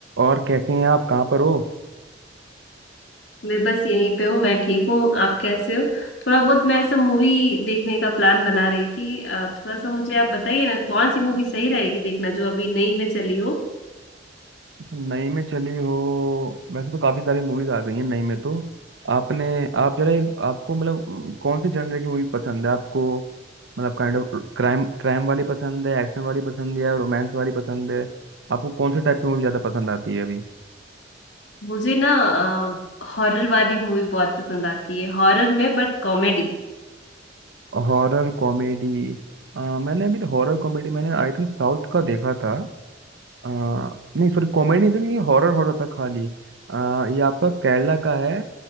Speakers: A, on the right (about 75°); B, on the left (about 75°).
A: और कैसी हैं आप कहाँ पर हो
B: मैं बस यहीं पे हूँ मैं ठीक हूँ आप कैसे हो थोड़ा बहुत मैं ऐसा मूवी देखने का प्लान बना रही थी अ, थोड़ा सा मुझे आप बताइए ना कौन सी मूवी सही रहेगी देखना जो अभी नई में चली हो
A: अच्छा, नई में चली हो वैसे तो काफी सारी मूवीज आ गई हैं नई में तो आपने आप जरा एक- आपको मतलब अम, कौन से जनर की मूवी पसंद है आपको मतलब काइंड ऑफ क्राइम क्राइम वाली पसंद है एक्शन वाली पसंद है रोमांस वाली पसंद है आपको कौन से टाइप की मूवी ज्यादा पसंद आती है अभी
B: मुझे ना हॉरर वाली मूवी बहुत पसंद आती है हॉरर में बट कॉमेडी
A: Horror comedy मैंने अभी हॉरर कॉमेडी मैंने आई थिंक साउथ का देखा था आ, नहीं सॉरी कॉमेडी तो नहीं थी ये हॉरर हॉरर था खाली आ, ये आपका केरला का है